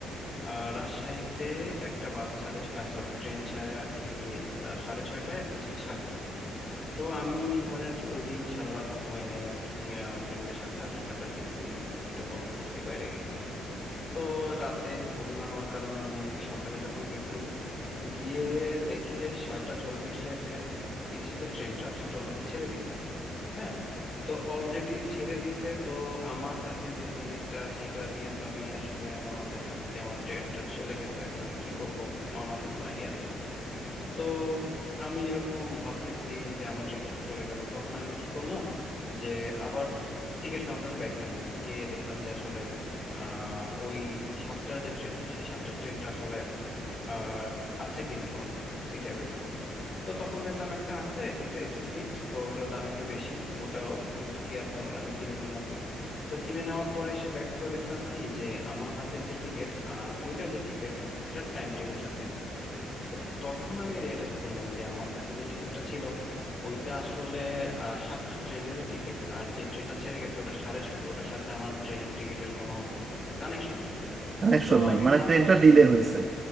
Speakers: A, on the left (about 40°); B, on the right (about 40°).
A: আহ, রাজশাহীতে একটা বাস ছাড়ে সরি ট্রেন ছাড়ে আর কি আহ, সাড়ে ছয়টায় একটা ছাড়ে সাতটায় তো আমি ধরেন ওই দিন সারা রাত ঘুমাই নাই আর কি ফ্রেন্ডের সাথে আড্ডা টাড্ডা দিছি একটু গল্প করছি বাইরে গেছি তো রাতে ঘুম না হওয়ার কারণে আমি আর কি সকালে যখন গেছি গিয়ে দেখি যে ছয়টা চল্লিশের যে তিরিশের যে ট্রেনটা সেটা অলরেডি ছেড়ে দিছে হ্যাঁ তো অলরেডি ছেড়ে দিছে তো আমার কাছে যে টিকিটটা সেটা নিয়ে তো আমি আসলে আমার মাথায় হাত যে আমার ট্রেনটা চলে গেছে এখন আমি কি করব আমার মাথায় কোনো আইডিয়া নাই তো আমি এরকম ভাবতেছি যে আমার ট্রেনটা তো চলে গেল তখন আমি কি করলাম যে আবার টিকিট কাউন্টারে ব্যাক গেলাম গিয়ে দেখলাম যে আসলে আহ ওই সাতটার যে ট্রেন সেই সাতটার ট্রেনটা আসলে আহ আছে কিনা কোনো সিট অ্যাভেলেবল তো তখন দেখলাম একটা আছে কিন্তু এসি সিট তো ওটার দাম একটু বেশি ওটাও কিন্তু কি আর করার আমি কিনে নিলাম তো কিনে নেওয়ার পরে এসে ব্যাক করে দেখলাম কি যে আমার হাতের যে টিকিট আর ওইটার যে টিকিট এটার টাইম টেবিলটা সেম তো তখন আমি রিয়েলাইজ করলাম যে আমার কাছে যে টিকিটটা ছিল ওইটা আসলে আহ, সাতটা ট্রেনেরই টিকিট আর যে ট্রেনটা ছেড়ে গেছে ওটা সাড়ে ছয়টা ওটার সাথে আমার ট্রেনের টিকিটের কোনো কানেকশন নাই
B: কানেকশন
A: সো
B: নাই
A: আমি
B: মানে
A: ভাবলাম
B: ট্রেনটা ডিলে
A: যে
B: হয়েছে